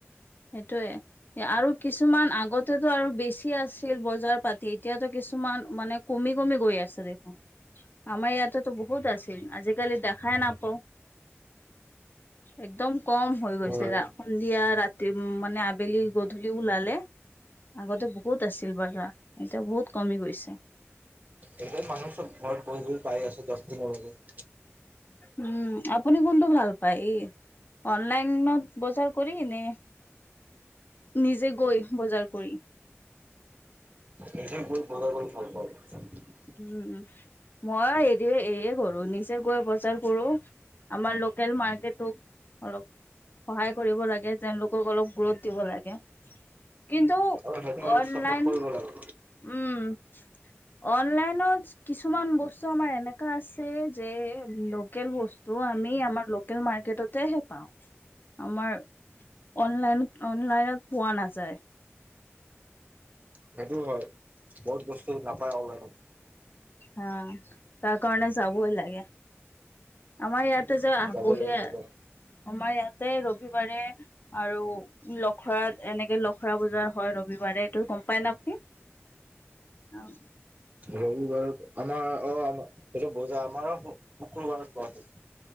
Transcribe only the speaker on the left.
সেইটোয়ে আৰু কিছুমান আগত, সেইটো আৰু বেছি আছিল বজাৰ পাতি এতিয়াতো, কিছুমান মানে কমি কমি গৈ আছে। আমাৰ ইয়াতেতো বহুত আছিল আজিকালি দেখাই নাপাও। একদম কম হৈ গৈছে,
সন্ধিয়া ৰাতি। মানে আবেলি গধূলি ওলালে, আগতে বহুত আছিল বজাৰ। এতিয়া বহুত কমি গৈছে।
উম, আপুনি কোনটো ভাল পায়? এই অনলাইনত বজাৰ কৰি নে, নিজে গৈ বজাৰ কৰি।
উম, মই হেৰি এই ঘৰ নিজে গৈ বজাৰ কৰোঁ। আমাৰ লোকেল মাৰ্কেটোক অলপ সহায় কৰিব লাগে। তেওঁলোকক অলপ গুৰুত দিব লাগে। কিন্তু
অনলাইন,
উম। অনলাইনত কিছুমান বস্তু আমাৰ এনেকা আছে যে, লোকেল বস্তু আমি আমাৰ লোকেল মাৰ্কেটহে পাওঁ। আমাৰ অনলাইন অনলাইনত পোৱা নাযায়।
হা, তাৰ কাৰণে যাবই লাগে। আমাৰ ইয়াতে যে আহ
বহে
আমাৰ ইয়াতে ৰবিবাৰে। আৰু, লখৰা এনেকে লখৰা বজাৰ হয়, ৰবিবাৰে এইটো গম পায় নে আপুনি? অহ।